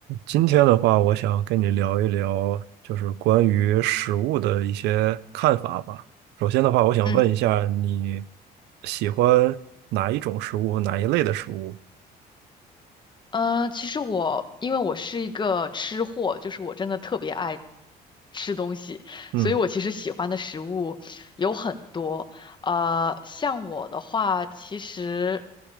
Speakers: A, on the right (about 80°); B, on the left (about 25°).
A: 今天的话，我想跟你聊一聊，就是关于食物的一些看法吧。首先的话，我想问一下，
B: 嗯，
A: 你喜欢哪一种食物和哪一类的食物？
B: 呃，其实我因为我是一个吃货，就是我真的特别爱吃东西，
A: 嗯
B: 所以我其实喜欢的食物有很多。呃，像我的话，其实，